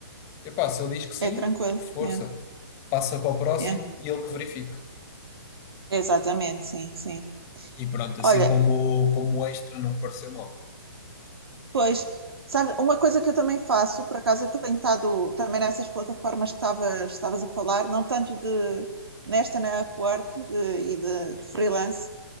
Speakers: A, on the left (about 20°); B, on the right (about 85°).
A: Epá, se ele diz que sim,
B: É tranquilo.
A: força.
B: Yeah.
A: Passa para o próximo
B: Yeah.
A: e ele que verifique.
B: Exatamente, sim, sim.
A: E pronto, assim
B: Olha,
A: como, como o extra não me pareceu mal.
B: pois, sabes, uma coisa que eu também faço, por acaso eu tenho estado também nessas plataformas que estavas, estavas a falar, não tanto de nesta na Upwork de- e de, de freelance,